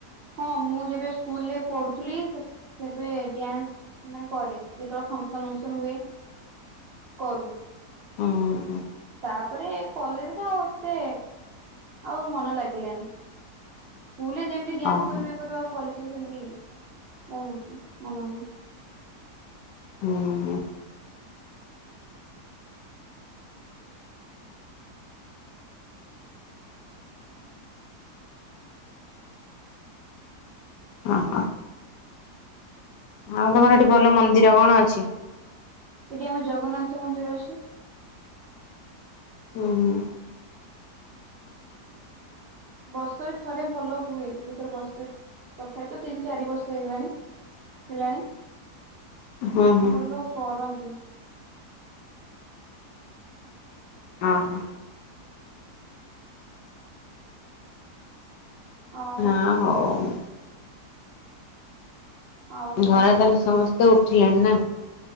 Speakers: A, on the right; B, on the left.
A: ହଁ ମୁଁ ଯେବେ ସ୍କୁଲରେ ପଢୁଥିଲି ସେ ସେବେ ଡ୍ୟାନ୍ସ ମାନେ କରେ ଯେତେବେ ଫଙ୍କସନ୍ ମଙ୍କସନ୍ ହୁଏ କରୁ।
B: ହୁଁ ହୁଁ।
A: ତାପରେ କଲେଜରେ ଆଉ ଏତେ ଆଉ ମନ ଲାଗିଲାନି। ସ୍କୁଲରେ ଯେମିତି ଡାନ୍ସ
B: ଓହୋ
A: କରିବେ କରିବେ ଆଉ କଲେଜ କୁ ସେମିତି ମୋର ମନ ନାହିଁ ମନର ନାହିଁ।
B: ହୁଁ ହୁଁ ହଁ ହଁ। ଆଉ ତମର ଏଠି ଭଲ ମନ୍ଦିର କଣ ଅଛି?
A: ଏଠି ଆମ ଜଗନ୍ନାଥ ମନ୍ଦିର ଅଛି।
B: ହୁଁ ହୁଁ
A: ବର୍ଷରେ ଥରେ ଭଲ ହୁଏ ଯୋଉ ଥର ବର୍ଷେ ତଥାପି ତ ତିନି ଚାରି ବର୍ଷ ହେଇଗଲାଣି। ହେଲାଣି
B: ହୁଁ ହୁଁ
A: ଭଲ କରନ୍ତି।
B: ହଁ ହଁ।
A: ଆଉ
B: ହଁ ହୋଉ।
A: ଆଉ କଣ
B: ଘରେ ତାହେଲେ ସମସ୍ତେ ଉଠିଲେଣି ନା